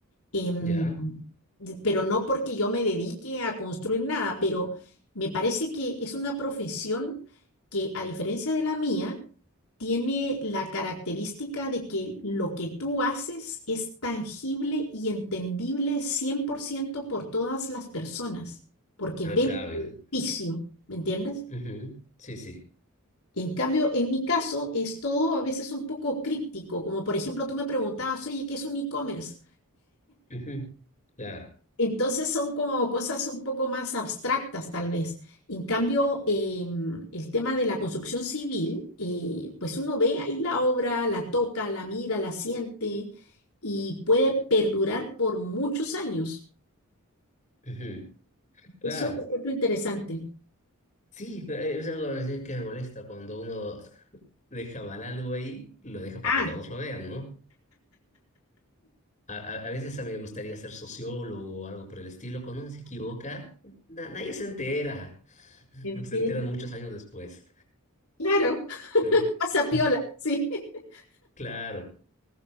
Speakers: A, on the left; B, on the left.
A: em,
B: ¿Ya?
A: de- pero no porque yo me dedique a construir nada, pero me parece que es una profesión que, a diferencia de la mía, tiene la característica de que lo que tú haces es tangible y entendible 100% por ciento por todas las personas, porque
B: Ah,
A: ven
B: claro.
A: el beneficio, ¿me entiendes?
B: Ujú, Sí, sí.
A: En cambio, en mi caso, es todo a veces un poco críptico, como por ejemplo tú me preguntabas, oye, ¿qué es un e-commerce?
B: ujú, Claro.
A: Entonces son como cosas un poco más abstractas tal vez. En cambio, em, el tema de la construcción civil, eh, pues uno ve ahí la obra, la toca, la mira, la siente y puede perdurar por muchos años.
B: ujú, Claro.
A: Eso lo encuentro interesante.
B: Sí, pero es algo a veces que me molesta cuando uno <laughs> deja mal algo ahí, lo deja para
A: Ah,
B: que todos lo vean, ¿no? A, a- a veces a mí me gustaría ser sociólogo o algo por el estilo. Cuando uno se equivoca, na- nadie se entera. <laughs>
A: entiendo.
B: Se enteran muchos años después,
A: Claro, <laughs>
B: ¿no?
A: pasa piola,
B: <laughs>
A: sí. <laughs>
B: Claro.